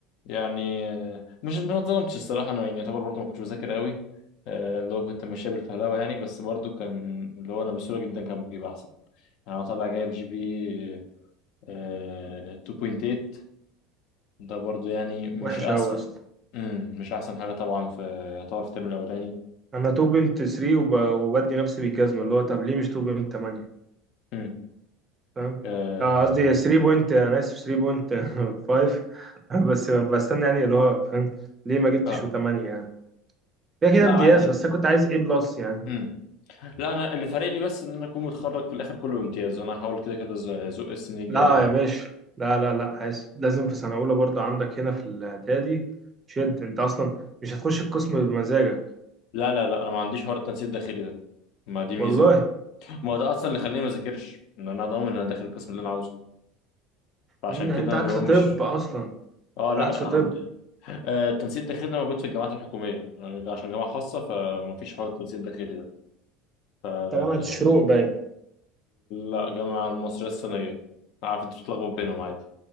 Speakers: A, on the left; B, on the right.
A: يعني مش ما اتظلمتش الصراحة أنا يعني يعتبر برضه ما كنتش بذاكر أوي آه، اللي هو كنت ماشية بالفهلوة يعني بس برضه كان اللي هو أنا بسهولة جدا كان ممكن يبقى أحسن يعني أنا طالع جايب جي بي آه، 2.8 ده برضه يعني مش
B: وحش
A: أحسن
B: اوي يا اسطى
A: مم. مش أحسن حاجة طبعا في يعتبر في الترم الأولاني
B: انا تو بوينت 3 وب... وبدي نفسي بالجزمة اللي هو طب ليه مش تو بوينت 8
A: مم.
B: فاهم
A: آه.
B: آه، قصدي 3 بوينت انا اسف 3 بوينت 5 <laughs> بس بستنى يعني اللي هو فاهم ليه ما جبتش
A: آه.
B: و8 يعني. كده كده
A: لا
B: امتياز
A: عادي
B: بس انا كنت عايز ايه بلس يعني
A: مم. لا أنا اللي فارق لي بس إن أنا أكون متخرج في الآخر كله بامتياز وأنا هحاول كده كده أزق السنين الجاية
B: لا
A: يعني
B: يا باشا لا لا لا عايز لازم في سنه اولى برضو عندك هنا في الاعدادي شد انت اصلا مش هتخش القسم بمزاجك
A: لا لا لا انا ما عنديش حوار التنسيق الداخلي ده ما دي
B: والله
A: ميزه ما هو ده اصلا اللي خليني ما اذاكرش ان انا ضامن ان انا داخل القسم اللي انا عاوزه فعشان
B: إن
A: كده
B: انت
A: انا
B: عكس
A: اللي هو
B: طب
A: مش
B: اصلا
A: اه
B: انت
A: لا
B: عكس
A: لا
B: طب
A: عندي
B: انت
A: آه التنسيق الداخلي ده موجود في الجامعات الحكوميه يعني ده عشان جامعه خاصه فما فيش حوار التنسيق الداخلي ده آه
B: جامعه الشروق
A: يعني
B: باين
A: لا جامعه المصريه الصينيه عارف انت بتتلخبط بينهم عادي